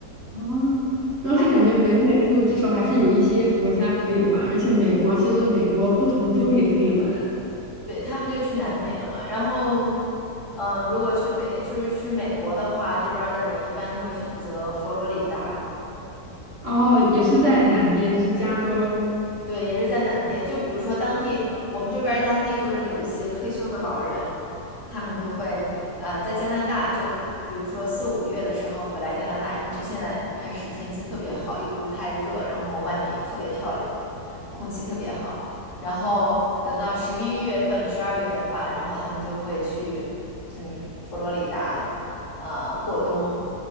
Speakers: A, on the right; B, on the left.
A: 哦，主要是感觉北美就至少还是有一些国家可以玩，
B: 还
A: 而且美国其实美国不同州也可以玩。
B: 对他们就去南美了嘛。然后，嗯、如果去北就是去美国的话，这边儿的人一般就会选择佛罗里达。
A: 哦，也是在南边，就是加州
B: 对，也是在南边。就比如说当地，我们这边儿当地就是有一些退休的老人，他们就会呃在加拿大，就比如说四五月的时候回来加拿大，因为这现在开始天气特别好，又不是太热，然后外面又特别漂亮，空气特别好。然后等到十一月份、十二月的话，然后他们就会去嗯佛罗里达，呃过冬，